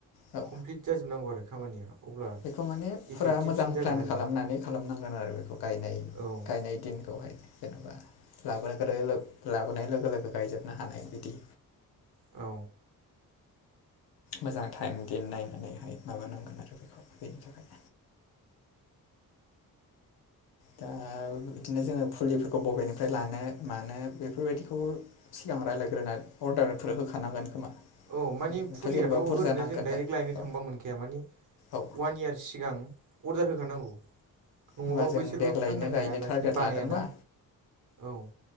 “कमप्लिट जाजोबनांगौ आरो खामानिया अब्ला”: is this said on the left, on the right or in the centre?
Right